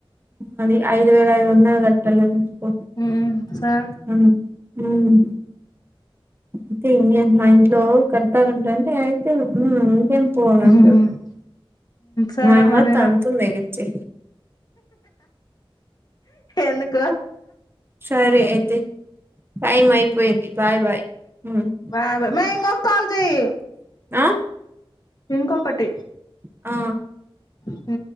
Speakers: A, on the right; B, on the left.
A: అది ఐదు వేల ఐదు వందలు కట్టల్ల చూసుకో
B: ఉమ్ సరే
A: మ్ అయితే ఇంకేమి మా ఇంట్లో కడట్టాలంట అంటే ఇంకేం ఉ ఇంకేం పో అని అంటడు
B: ఉమ్ సరే
A: మా యామ్మో
B: మరిరా
A: తంతుంది ఎగిచ్చి
B: ఎందుకు
A: సరే అయితే టైం అయిపోయింది బాయ్ బాయ్ ఉమ్
B: బా
A: ఉమ్,
B: బా మే ఇంకో కాల్ చెయ్
A: ఆ
B: ఇంకొకటి
A: ఆ
B: ఉ